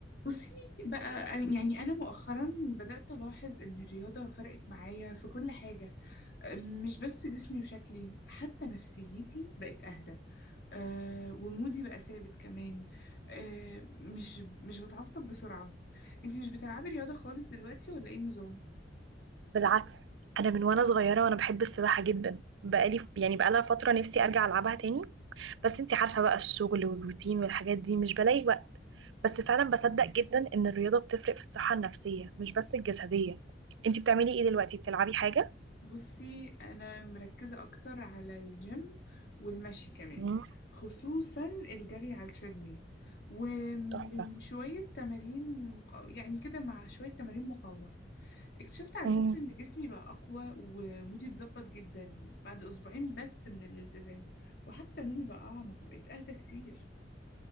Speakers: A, on the left; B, on the right.
A: بصي بقى أنا- يعني أنا مؤخرا بدأت ألاحظ إن الرياضة فرقت معايا في كل حاجة أم، مش بس جسمي وشكلي حتى نفسيتي بقت أهدى أه ومودي بقى ثابت كمان أه مش مش بتعصب بسرعة أنتي مش بتلعبي رياضة خالص دلوقتي ولا إيه النظام؟
B: بالعكس انا من وانا صغيره وانا بحب السباحه جدا بقالي يعني بقالها فتره نفسي ارجع العبها تاني بس انتي عارفه بقى الشغل والروتين والحاجات دي مش بلاقي وقت بس فعلا بصدق جدا ان الرياضه بتفرق في الصحه النفسيه مش بس الجسديه انتي بتعملي ايه دلوقتي بتلعبي حاجه
A: بصي أنا مركزة أكتر على الجيم والمشي كمان
B: مم،
A: خصوصا الجري على التريدميل ومن
B: تحفه
A: شوية تمارين مقا... يعني كده مع شوية تمارين مقاومة اكتشفت على
B: مم.
A: فكرة إن جسمي بقى أقوى ومودي اتظبط جدا بعد أسبوعين بس من الالتزام وحتى نومي بقى أعمق بقيت أهدى كتير